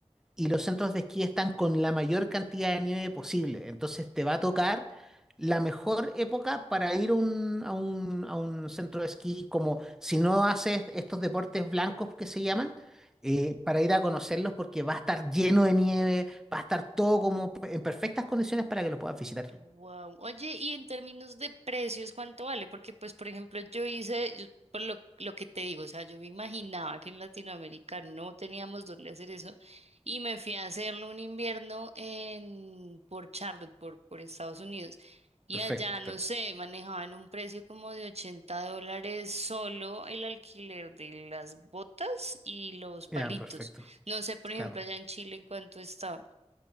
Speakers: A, in the centre; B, on the right (about 70°).
A: y los centros de esquí están con la mayor cantidad de nieve posible. Entonces te va a tocar la mejor época para ir a un, a un, a un centro de esquí, como si no haces estos deportes blancos que se llaman, eh, para ir a conocerlos porque va a estar lleno de nieve, va a estar todo como en perfectas condiciones para que lo puedas visitar.
B: wow. Oye, y en términos de precios, ¿cuánto vale? Porque, pues, por ejemplo, yo hice, yo- por lo, lo que te digo, o sea, yo me imaginaba que en Latinoamérica no teníamos dónde hacer eso y me fui a hacerlo un invierno en, por Charlotte, por, por Estados Unidos. Y
A: Perfecto.
B: allá, no sé, manejaban un precio como de 80 dólares solo el alquiler de las botas y los
A: Ya,
B: palitos.
A: perfecto.
B: No sé, por ejemplo,
A: Claro.
B: allá en Chile, ¿en cuánto estaba?